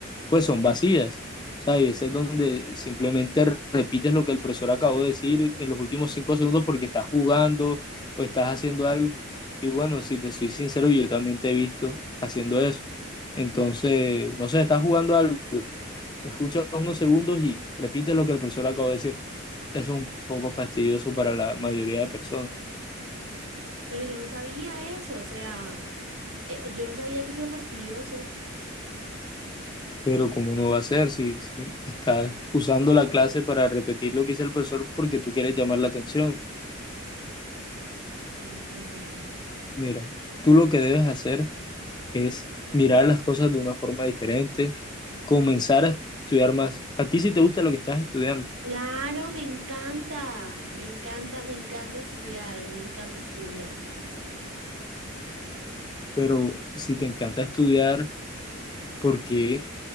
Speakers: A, on the left; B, on the right.
A: pues son vacías. O sea, hay veces donde simplemente repites lo que el profesor acabó de decir en los últimos cinco segundos porque estás jugando o estás haciendo algo. Y bueno, si te soy sincero, yo también te he visto haciendo eso. Entonces, no sé, estás jugando algo, escucha unos segundos y repite lo que el profesor acabó de decir. Eso es un poco fastidioso para la mayoría de personas.
B: Pero yo no sabía eso, o sea... Eh, yo no sabía que eso era fastidioso.
A: Pero ¿cómo no va a ser si, si estás usando la clase para repetir lo que dice el profesor porque tú quieres llamar la atención?
B: Ay, Fernando.
A: Mira, tú lo que debes hacer es mirar las cosas de una forma diferente, comenzar a estudiar más. A ti sí te gusta lo que estás estudiando,
B: Claro, me encanta, me encanta, me encanta estudiar, a mí me encanta estudiar.
A: pero si te encanta estudiar, ¿por qué?